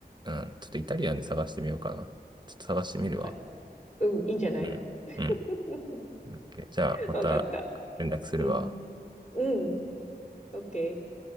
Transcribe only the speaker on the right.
うん。ちょっとイタリアンで探してみようかな。ちょっと探してみるわ。
うん。
うん。オッケーじゃあ、また
連絡するわ。